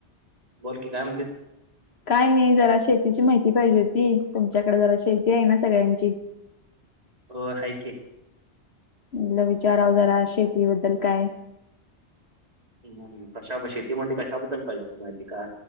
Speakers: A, on the right; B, on the left.
A: बोल की काय म्हणतेस?
B: काय नाही जरा शेतीची माहिती पाहिजे होती. तुमच्याकडे जरा शेती आहे ना सगळ्यांची.
A: हो हाय के.
B: म्हणल विचाराव जरा शेतीबद्दल काय?
A: हम् कशा शेतीमध्ये कशाबद्दल पाहिजे माहिती का?